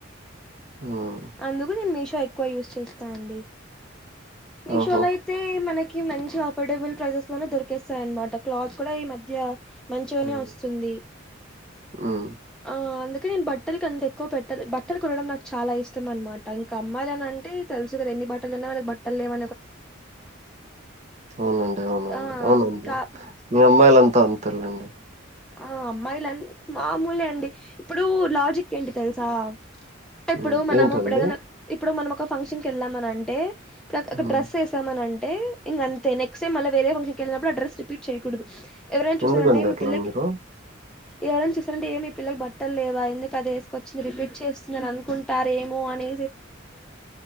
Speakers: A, on the right; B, in the centre.
A: మ్మ్
B: అందుకు నేను మీషో ఎక్కువ యూస్ చేస్త స్తాండి మీషో
A: ఓహో
B: లయితే మనకి మంచి అఫోర్డబుల్ ప్రైసెస్ లోనే దొరికేస్తాయన్నమాట క్లాత్ కూడా ఈ మధ్య మంచిగానే
A: మ్మ్
B: వస్తుంది
A: ఉమ్
B: ఆ అందు ఇంక నేను బట్టలకి అంత ఎక్కువ పెట్ట బట్టలు కొనడం నాకు చాలా ఇష్టం అన్నమాట ఇంకా అమ్మాయిలు అని అంటే తెలుసు కదా ఎన్ని బట్ ఇల్ల ఉన్నవాళ్లకు బట్ ట్టలు లేవు
A: అవునండి అవునండి
B: ఆ!
A: అవునండి
B: కా
A: మీ అమ్మాయిలు అంతా అంతేలెండి
B: ఆ అమ్మాయిలాండి మామూలె అండి ఇప్పుడు లాజిక్ ఏంటి తెలుసా ఇప్పుడు
A: ఉమ్
B: మనము
A: ఏంటండి
B: ఇప్పుడు ఏదైనా ఇప్పుడు మనం ఓక ఒక ఫంక్షన్ కి వెళ్ళామని అంటే ఇప్పు ఒక
A: ఉమ్
B: డ్రస్ వేసామన అండి టే ఇక అంత నెక్స్ట్ టైం అలా వే ఫక్షన్కిళ్ళినప్పుడు అడ్రస్ రిపీట్యూడదు ఎవరైనా చూారంటే
A: ఎందుకండి
B: మీ
A: అట్లా
B: పిల్లకి
A: మీరు
B: ఎవరైనా చస్తారంటే ఏమి ఈ పిల్లకి బట్టలు లేవా ఎందుకు అది వేసుకొచ్చింది రిపీట్ చేస్తుందిని అనుకుంటార ఏమో అని